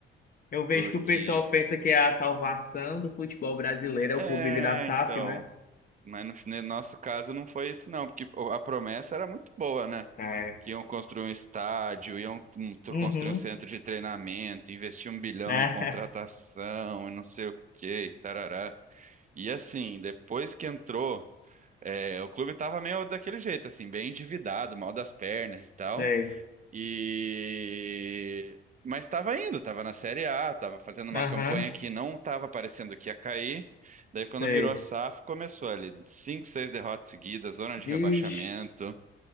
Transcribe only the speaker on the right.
porque
é,
então.
Mas no, no nosso caso não foi isso, não, porque o- a promessa era muito boa, né?
Que iam construir um estádio, iam hum, tr-
construir um centro de treinamento, investir um bilhão
em contratação e não sei o quê, e tarará. E assim, depois que entrou, é, o clube tava meio daquele jeito, assim, bem endividado, mal das pernas e tal.
E mas estava indo, estava na Série A, estava fazendo uma
campanha que não estava parecendo que ia cair. Daí quando
virou a SAF, começou ali cinco, seis derrotas seguidas, zona de
rebaixamento.